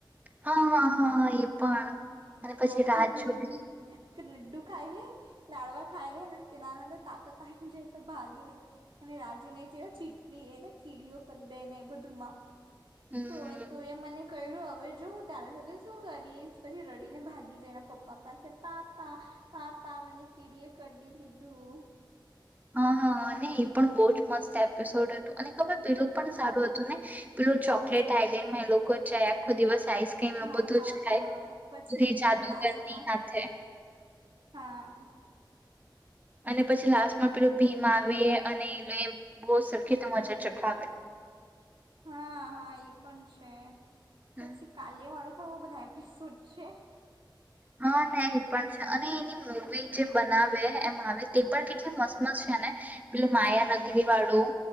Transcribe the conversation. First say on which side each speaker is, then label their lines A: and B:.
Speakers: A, on the right (about 20°); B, on the right (about 80°).
A: હા હા હા હા એ પણ અને
B: હા પછી
A: રાજુ
B: ભીમ
A: બી.
B: લડ્ડુ ખાઈ લ લાડવા ખાઈ લ અને તેનાનંદર તાકાત આવી જ તો ભાગે અને રાજુ ને જે ચીટણી એલે કીડીઓ ક દે ને બધુંમાં
A: હમ
B: તું તું એ મને ક્યું હવે જો હું તારા સાથે શું કરીશ પછી ર કડીને ભાગી જાયના પપ્પા પાસે પાપા પાપા મને કીડી એ કઢ લીધું
A: હા હા ને એ પણ બહુ જ મસ્ત એપિસોડ હતું અને ખબર પેલું પણ સારું હતું ને ચોકલેટ આઈલેન્ડ માં એ લોકો ચ આખો દિવસ આઈસક્રીમ
B: હા
A: બધું
B: હા
A: જ ખાય
B: હા
A: પૂરી
B: પછી
A: જાદુગરની
B: લાસ્ટમાં
A: હાથે
B: હા
A: અને પછી લાસ્ટમાં પેલું ભીમ આવે અને એલે બહ સરખી તો મજા ચખાવે <unintelligible>
B: હા હા એ પણ છે
A: હમ
B: પછી કાલેિયા વાળું બધા એપિસોડ છે
A: હા ને એ પણ છે અને એની મવી જે બનાવે એમ આવે તે પણ કેટલી મસ્ત મસ્ત છે હ ને પેલ માયા નગરી વાળું